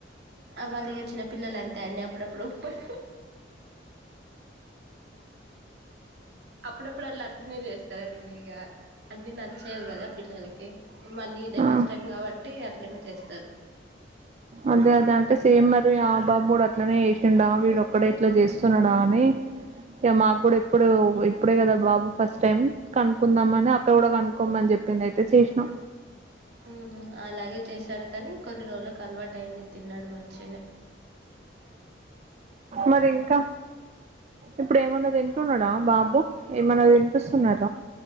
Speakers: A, on the right; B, on the right.
A: వాళ్ళకి వచ్చిన పిల్లలు అంతే అండి అప్పుడప్పుడుప్పుడు అప్పుడప్పుడు అళ్ళు అట్నే చేస్తారండి ఇక అన్ని నాకు చ్చేవు కదా పిల్లలకి మళ్ళీ ఇదే
B: ఆ
A: ఫస్ట్ టైమ్ కాబట్టి అట్లనే చేస్తారు
B: అదే అద అంటే సేమ్ మరి ఆ బాబు కూడా అట్లనే చేసిండా వీడు ఒక్కడే ఇట్ల చేస్తున్నాడా అని ఇక మాకు కూడా ఇప్పుడు ఇప్పుడే కదా బాబు ఫస్ట్ టైం కనుకుందాం అని అక్కడ కూడా కనుకోమని చెప్పింది అయితే చేసినా
A: ఊహుమ్ అలాగే చేశాడు కానీ కొన్ని రోజులకు అలవాటు టయ్యింది తిన్నాడు మంచిగనే
B: మరి ఇంకా ఇప్పుడు ఏమన్న దింటున్నాడా బాబు ఏమైన విన్పిస్తున్నార